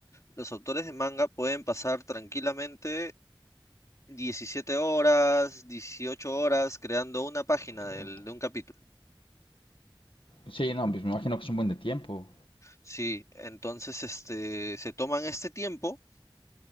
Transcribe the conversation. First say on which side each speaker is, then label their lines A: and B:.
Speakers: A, on the left (about 35°); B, on the left (about 75°).
A: Los autores de manga pueden pasar tranquilamente 17 horas, 18 horas creando una página
B: Claro.
A: del- de un capítulo.
B: Sí, no, pues me imagino que es un buen de tiempo.
A: Sí, entonces este, se toman este tiempo